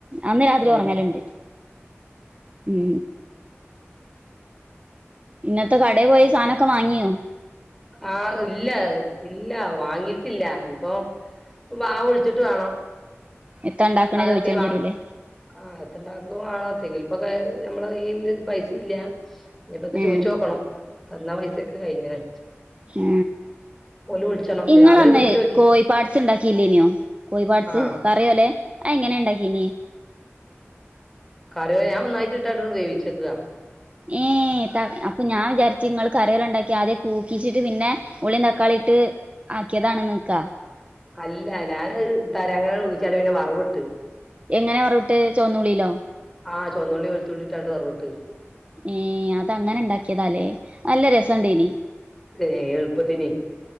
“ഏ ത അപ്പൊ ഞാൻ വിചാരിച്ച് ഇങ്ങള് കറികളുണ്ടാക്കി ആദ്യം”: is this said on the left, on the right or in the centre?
Right